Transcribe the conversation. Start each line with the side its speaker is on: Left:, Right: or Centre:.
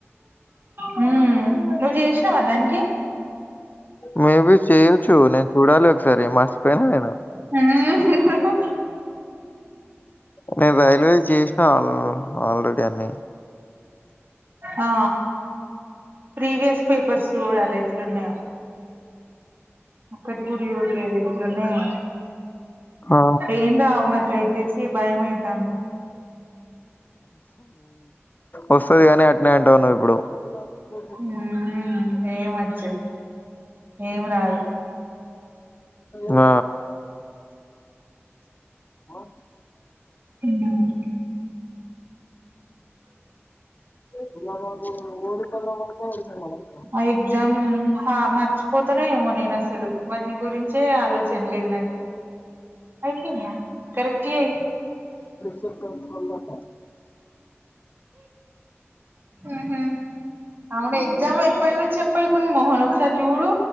Right: హ్మ్ నువ్వు చేసినవా దానికి
Left: మేబి చేయొచ్చు నేను చూడాలి ఒకసారి మరిచిపోయినా నేను
Right: హూ హాహా
Left: నేను రైల్వే చేసినను ఆల్రెడీ అన్ని
Right: ఆ ప్రీవియస్ పేపర్స్ చూడాలి ఎట్లా ఉన్నాయో ఒక్కటి కూడా చూడలేదు ఎట్లా ఉన్నాయో
Left: ఆ!
Right: ఏం రావు నాకైతే ఛీ బయమైతంది
Left: వస్తాయి కానీ అటనే అంటావు నువ్వు ఇప్పుడు <unintelligible>
Right: హూ హూ ఏమి వచ్చు ఏం రాదు
Left: ఆ ఓ
Right: ఉమ్
Left: <unintelligible>
Right: ఆ ఎగ్జామ్ హా మార్చిపోతానో ఏమో నేను అసలు వాటిని గురించే ఆలోచన లేదు నాకు అయిపోయినాయ కరెక్ట్ వేయి
Left: <unintelligible> ఫోన్ నెంబర్
Right: ఊహు అవును ఎగ్జామ్ ఎప్పటి నుంచి అటువైపు మోహన్ ఒకసారి చూడు